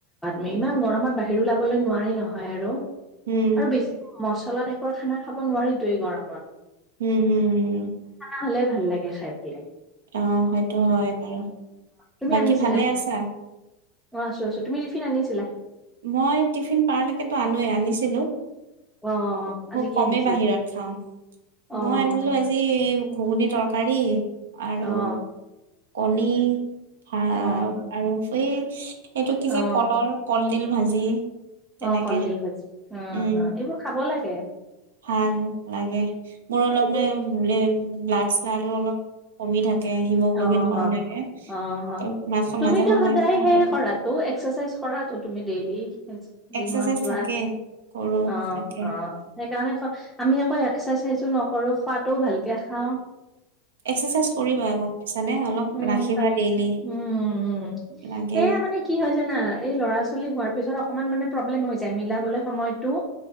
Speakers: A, in the centre; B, on the right.
A: মি ইমান গৰমত বাহিৰ ওলাবলৈ নোৱাৰি নহয় আৰু
B: উম
A: আৰু বেছি মস পচলা টাইপৰ খানা খাব নোৱাৰিতোৱেই গৰমত।
B: উম হম হম
A: হলে ভাল লাগে খাই পেলাই।
B: আহ সেইটো হয় বাৰু
A: তুমি
B: বাকী
A: আনিছিলা?
B: ভালে আছা।
A: অ আছো আছো তুমি টিফিন আনিছিলা?
B: মই টিফিন পাৰলৈকেতো আনোৱে আনিছিলো।
A: অ',
B: খুব
A: আজি কি
B: কমেই
A: আনিছিলা?
B: বাহিৰত খাওঁ
A: অ',
B: মই আনিলো আজি ঘুগুনী তৰকাৰী আৰু
A: অ',
B: কণী ভ
A: অ',
B: আৰু এই এইটো কি
A: অ',
B: যে কলৰ কলডিল ভাজি তেনেকে
A: অ কলডিল ভাজি অ
B: উম
A: এইবোৰ খাব লাগে।
B: ভাল লাগে মোৰ অলপ
A: এইবোৰ
B: মানে বো ব্লাড শ্লাডো অলপ কমি থাকে। হিমগ্ল'বিন
A: অ'-অ'
B: কম থাকে ত মাছ
A: তুমিটো
B: মাজে সময়ে
A: সদায়
B: খাওঁ
A: সেই
B: আৰু
A: কৰাটো এক্সাৰচাইজ কৰাটো তুমি দেইলি। জিমত
B: এক্সাৰচাইজ
A: যোৱা
B: থাকে কৰো
A: অ'-অ'
B: তাকে
A: সেইকাৰণে চব আমি আকৌ এক্সাৰচাইজ এক্সাৰচাইজ নকৰোঁ খোৱাটোও ভালকৈ খাওঁ।
B: এক্সাৰচাইজ কৰিবা গম পাইছা নে অলপ
A: উম-উম-উম
B: ৰাখিবা ডেইলি লাগে
A: এইয়া মানে কি হয়, জানা, এই ল'ৰা-ছোৱালী হোৱাৰ পিছত অকমান মানে প্ৰব্লেম হৈ যায় মিলাবলৈ সময় টো